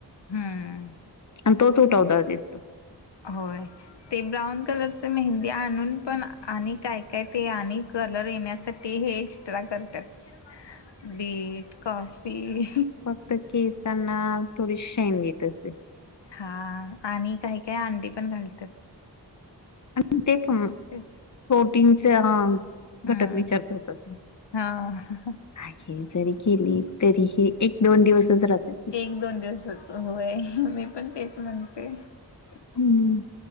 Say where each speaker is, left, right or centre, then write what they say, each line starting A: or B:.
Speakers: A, on the left (about 80°); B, on the left (about 45°).
A: हम्म
B: आणि तोच उठावदार दिसतो.
A: होय ते ब्राऊन कलरचं मेहंदी आणून पण आणि काय काय ते आणि कलर येण्यासाठी ते हे एक्स्ट्रा करत्यात बीट, कॉफी
B: तर केसांना थोडी शाईन देत असते.
A: हा आणि काही काही अंडी पण घालतात.
B: आणि ते ऊ
A: त्याच्या
B: प्रोटीनचे ह,
A: हम्म
B: घटक विचार करतात ते.
A: हा.
B: काही जरी केली तरी ही एक दोन दिवसच राहते.
A: एक दोन दिवसच होय, मी पण तेच म्हणते.
B: हम्म.